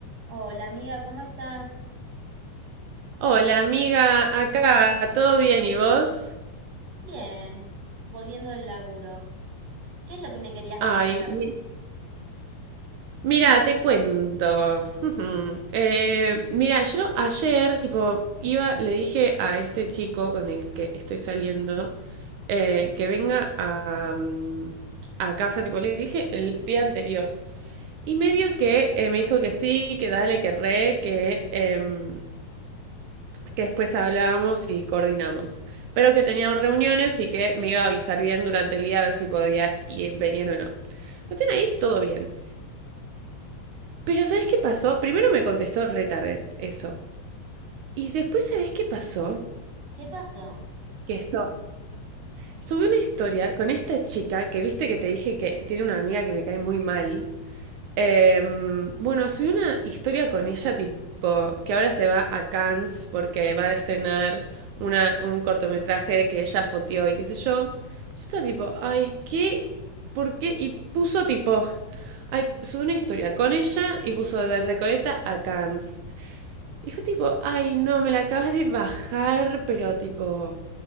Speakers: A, on the right; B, on the right.
A: Hola amiga, ¿cómo estás?
B: Hola amiga, acá, ¿todo bien y vos?
A: Bien, volviendo del laburo. ¿Qué es lo que me querías
B: Ay,
A: contar?
B: mi- mira, te cuento. <laughs> Ujú. Eh, mira, yo ayer, tipo, iba, le dije a este chico con el que estoy saliendo eh, que venga a, mm, a casa, tipo, le dije el día anterior. Y medio que eh, me dijo que sí, que dale, que re, que, em, que después hablábamos y coordinamos, pero que teníamos reuniones y que me iba a avisar bien durante el día a ver si podía ir- venir o no. Cuestión ahí, todo bien. Pero ¿sabes qué pasó? Primero me contestó retarde, eso. Y después, ¿sabes qué pasó?
A: ¿Qué pasó?
B: Que esto, subí una historia con esta chica que viste que te dije que tiene una amiga que me cae muy mal. Em, bueno, soy una historia con ella, tipo, que ahora se va a Cannes porque va a estrenar una, un cortometraje que ella foteó y qué sé yo. Yo estaba tipo, ay, ¿qué? ¿Por qué? Y puso tipo, ay, soy una historia con ella y puso de Recoleta a Cannes. Y fue tipo, ay, no, me la acabas de bajar, pero tipo,